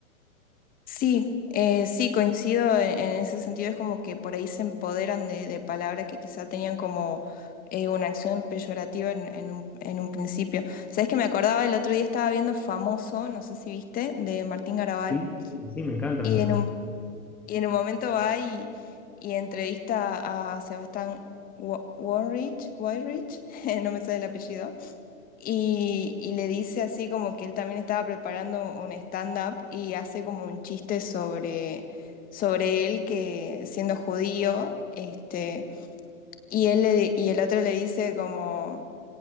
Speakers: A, on the left; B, in the centre.
A: Sí, eh, sí, coincido en, en ese sentido. Es como que por ahí se empoderan de, de palabras que quizá tenían como eh, una acción peyorativa en, en un, en un principio. ¿Sabes que me acordaba? El otro día estaba viendo Famoso, no sé si viste, de Martín Garabal,
B: Sí, sí, me encanta,
A: y
B: me encanta.
A: en un, y en un momento va y, y entrevista a Sebastián Wa- Warrich, Weinrich, <laughs> no me sale el apellido y, y le dice así como que él también estaba preparando un stand-up y hace como un chiste sobre, sobre él que siendo judío, este, y él le di- y el otro le dice como,